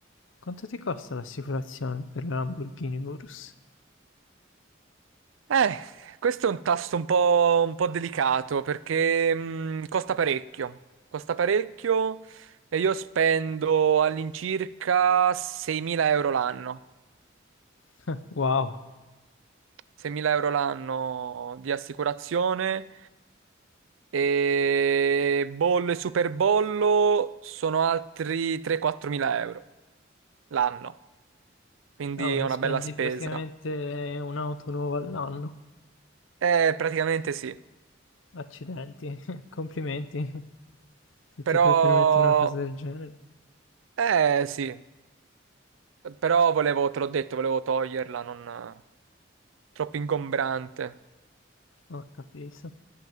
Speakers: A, on the left; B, on the right.
A: quanto ti costa l'assicurazione per la Lamborghini Urus?
B: Eh, questo è un tasto un po', un po' delicato perché mh, costa parecchio, costa parecchio e io spendo all'incirca 6.000 euro l'anno,
A: <laughs> Wow,
B: 6.000 euro l'anno di assicurazione e bollo e superbollo sono altri 3-4.000 euro. l'anno, quindi
A: cavolo,
B: è una
A: spendi
B: bella spesa.
A: praticamente un'auto nuova all'anno.
B: Eh, praticamente sì,
A: Accidenti, <laughs> complimenti, se
B: però...
A: ti puoi permettere una cosa del genere.
B: Eh sì, però volevo, te l'ho detto, volevo toglierla, non... troppo ingombrante.
A: Ho capito.